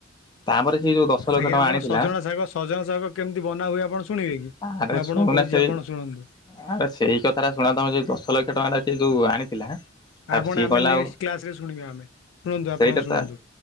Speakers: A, on the left; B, on the left.
A: ତାପରେ ସେ ଯୋଉ
B: ଆଜ୍ଞା ଆପଣ
A: ଆଣିଥିଲା
B: ସଜଣା ଶାଗ ସଜନା ଶାଗ କେମତି ବନା ହୁଏ ଆପଣ ଶୁଣିବେ କି?
A: ଆରେ
B: ମୁଁ ଆପଣଙ୍କୁ
A: ଶୁଣୁନା
B: କହୁଚି
A: ସେଇ
B: ଆପଣ ଶୁଣନ୍ତୁ।
A: ଆରେ ସେଇ କଥାଟା ଶୁଣ ତମେ ଯୋଉ ଦଶ ଲକ୍ଷ ଟଙ୍କାଟା ସିଏ ଯୋଉ ଆଣିଥିଲା। ତାର
B: ଆପଣ
A: ସିଏ
B: ଆମେ
A: କହିଲା
B: ନେସ୍
A: ଆଉ
B: କ୍ଲାସରେ ଶୁଣିବା ଆମେ। ଶୁଣନ୍ତୁ ଆପଣ
A: ସେଇଟା
B: ଶୁଣନ୍ତୁ
A: ତ